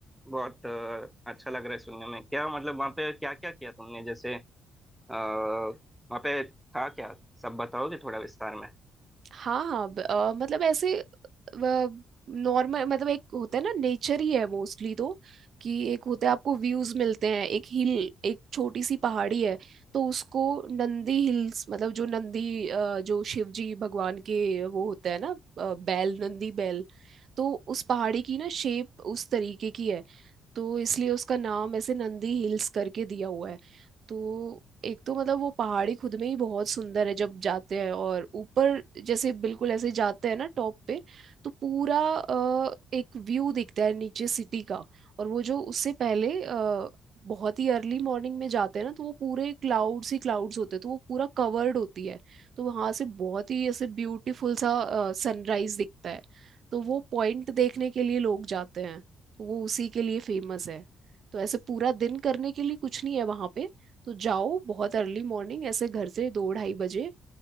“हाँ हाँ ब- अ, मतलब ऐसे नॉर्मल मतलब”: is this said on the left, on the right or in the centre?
Right